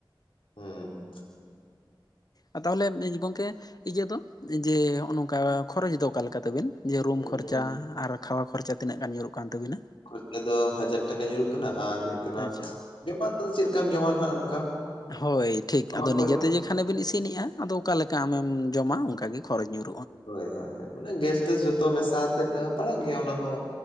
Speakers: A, on the left (about 80°); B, on the left (about 45°).
A: ᱦᱩᱸ
B: ᱟᱨ ᱛᱟᱦᱚᱞᱮ ᱜᱚᱢᱠᱮ ᱤᱭᱟᱹ ᱫᱚ ᱡᱮ ᱦᱚᱜᱼᱚᱸ ᱱᱚᱝᱠᱟ ᱠᱷᱚᱨᱚᱪ ᱫᱚ ᱚᱠᱟ ᱞᱮᱠᱟ ᱛᱟᱵᱤᱱ? ᱡᱮ ᱨᱩᱢ
A: ᱩᱸ
B: ᱠᱷᱚᱨᱪᱟ ᱟᱨ ᱠᱷᱟᱣᱟ ᱠᱷᱚᱨᱪᱟ ᱛᱤᱱᱟᱹᱜ ᱜᱟᱱ ᱧᱩᱨᱩᱜ ᱠᱟᱱ ᱛᱟᱵᱤᱱᱟ?
A: ᱢᱤᱫᱴᱟᱝ ᱫᱚ ᱦᱟᱡᱟᱨ ᱴᱟᱠᱟ ᱧᱩᱨᱩᱜ ᱠᱟᱱᱟ, ᱟᱨ ᱦᱩᱭᱩᱜ ᱠᱟᱱᱟ
B: ᱟᱪᱪᱟ
A: ᱡᱚᱢᱟᱜ ᱫᱚ ᱟᱫᱚ ᱪᱮᱫ ᱞᱮᱠᱟᱢ ᱡᱚᱢᱟ ᱱᱟᱜ ᱚᱱᱠᱟ
B: ᱦᱳᱭ ᱴᱷᱤᱠ
A: ᱟᱢᱟᱜ
B: ᱟᱫᱚ
A: ᱠᱷᱚᱨᱪᱟ
B: ᱱᱤᱡᱮᱛᱮ ᱡᱮ ᱠᱷᱟᱱᱮ ᱵᱤᱱ ᱤᱥᱤᱱᱮᱜᱼᱟ ᱟᱫᱚ ᱚᱠᱟ ᱞᱮᱠᱟ ᱟᱢᱮᱢ ᱡᱚᱢᱟ ᱚᱱᱠᱟ ᱜᱮ ᱠᱷᱚᱨᱚᱪ ᱧᱩᱨ
A: ᱦᱳᱭ ᱦᱳᱭ ᱦᱳᱭ ᱢᱟᱱᱮ ᱜᱮᱥ ᱴᱮᱥ ᱡᱷᱚᱛᱚ ᱢᱮᱥᱟ ᱟᱛᱮᱫ ᱮᱸ ᱯᱟᱲᱟᱜ ᱜᱮᱭᱟ ᱚᱱᱟ ᱦᱚᱸ